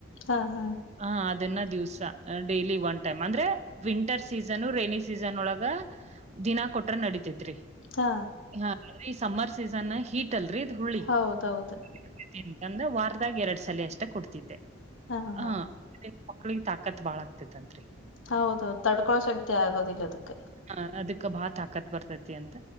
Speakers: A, on the left; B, on the right.
A: ಹಾ ಹಾ
B: ಹ ಅದನ್ನ ದಿವ್ಸ ಡೈಲಿ ಒನ್ ಟೈಮ್ ಅಂದ್ರೆ ವಿಂಟರ್ ಸೀಸನ್ ರೈನಿ ಸೀಸನ್ ಒಳಗ ದಿನಾ ಕೊಟ್ರ ನಡತತ್
A: ಹಾ
B: ಹಾ ಅ್ರ ಈ ಸಮ್ಮರ್ ಸೀಸನ್ ಹೀಟ್ ಅಲ್ರರಿ್ ಹುಳಿಂತಂದ್ರ
A: ಹೌದೌದು
B: ವಾರ್ತೆ ಎರಡ್ ಸಲ ಅಷ್ಟ ಕೊಡ್ತಿದ್ದೆ
A: ಹಾ ಹಾ
B: ಹ ಅ ಮಕ್ಳಿಗೆ ತಾಕತ್ ಬಾಳ ಆಗ್ತದನ್ರಿ
A: ಹೌದೌ ತಡ್ಕೊ ಶಕ್ತಿ ಆಗೋದಿಲ್ಲ ಅದಕ್ಕೆ
B: ಹ ಅದಕ್ಕೆ ಭಾತ್ ಹಾಕತ್ ಬರ್ತೈತಿ ಅಂತ